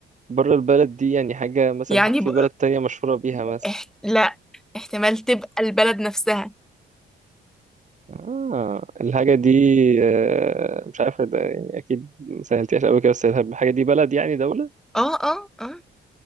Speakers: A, on the right; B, in the centre.
A: بره البلد دي يعني حاجة مثلا
B: يعني
A: في
B: ب...
A: بلد تانية مشهورة بيها مثلا
B: احت... لا احتمال تبقى البلد نفسها
A: آه الحاجة دي آه مش عارف ده يعني أكيد ما سهلتهاش أوي كده بس الحاجة دي بلد يعني دولة؟
B: اه اه اه